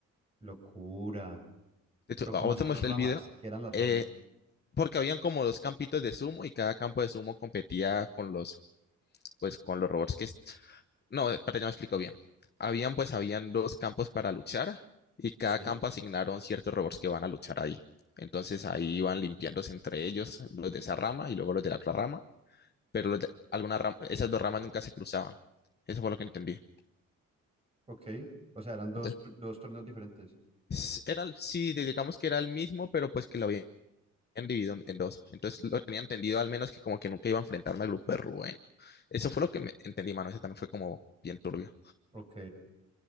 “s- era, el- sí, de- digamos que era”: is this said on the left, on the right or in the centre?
Left